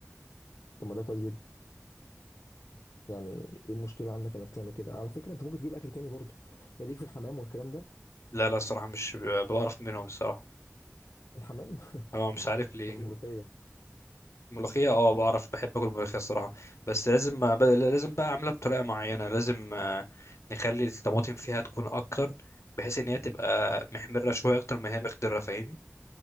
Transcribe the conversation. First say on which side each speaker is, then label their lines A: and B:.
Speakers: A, on the left; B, on the left.
A: طب ما ده كويس جدا يعني ايه المشكلة عندك انك تعمل كده على فكرة انت ممكن تجيب اكل تاني برضو يعني ليك في الحمام والكلام ده
B: لا لا الصراحة مش ب- بعرف منهم الصراحة
A: الحمام <laughs>
B: هو مش عارف ليه
A: طب الملوخية
B: ملوخية اه بعرف بحب اكل ملوخية الصراحة بس لازم أب- لازم بقى اعملها بطريقة معينة لازم آه، نخلي الطماطم فيها تكون اكتر بحيث ان هي تبقى محمرة شوية اكتر ما هي مخضرة فاهمني